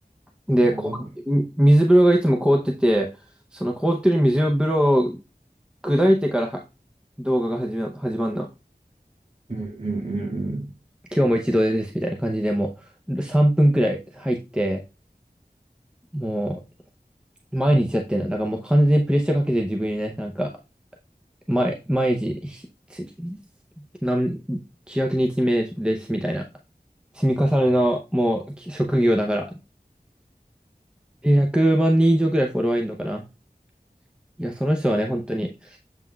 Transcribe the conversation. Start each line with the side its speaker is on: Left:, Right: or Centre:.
Centre: で、
Right: ん。やば。
Centre: こう、み水風呂がいつも凍ってて、その凍ってる水風呂砕いてからは動画が始ま、始まんの。
Right: うんうんうんうん。
Centre: 今日も一度ですみたいな感じでもう3分くらい入って、もう毎日やってんだ。だからもう完全にプレッシャーかけて自分にね、なんか、毎、毎日、ひつ何、900日目ですみたいな。積み重ねのもうき職業だから。で100万人以上くらいフォロワーいるのかな。いや、その人はね、本当に